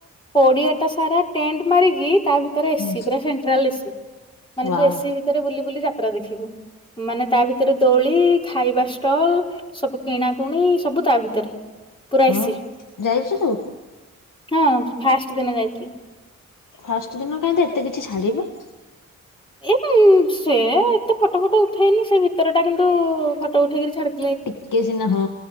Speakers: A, on the left (about 15°); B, on the left (about 70°).
A: ପଡିଆ ଟା ସାରା ଟେଣ୍ଟ ମାରିକି ତା ଭିତରେ ଏସିି
B: ହଁ
A: ପୁରା ସେଣ୍ଟ୍ରାଲ ଏସିି ମାନେ
B: ୱାଓ
A: ତୁ ଏସିି ଭିତରେ ବୁଲି ବୁଲି ଯାତ୍ରା ଦେଖିବୁ ମାନେ ତା ଭିତରେ ଦୋଳି ଖାଇବା ଷ୍ଟଲ ସବୁ କିଣାକୁଣି ସବୁ ତା ଭିତରେ ପୁରା
B: ହଁ
A: ଏସି
B: ଯାଇଛୁ ତୁ?
A: ହଁ ଫାଷ୍ଟ ଦିନ ଯାଇଥିଲି।
B: ଫାଷ୍ଟ ଦିନ କାହିଁ ତ ଏତେ କିଛି ଛାଡ଼ିନୁ
A: ଏ ସେ ଏତେ ଫଟୋ ଫଟ ଉଠେଇନି ସେ ଭିତର ଟା କିନ୍ତୁ ଫଟ ଉଠେଇକିରି ଛାଡି
B: ଟିକେ ସିନା ହଁ